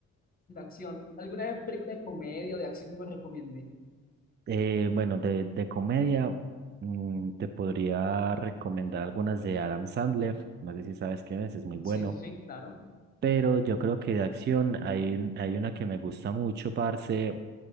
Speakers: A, on the left; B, on the right.
A: La acción. ¿Alguna película de comedia o de acción que me recomienden?
B: Eh, bueno, de, de comedia mm, te podría recomendar algunas de Adam Sandler, no sé si sabes quién es, es muy bueno,
A: Sí, sí, sí, claro.
B: pero yo creo que de acción hay, un- hay una que me gusta mucho, parce,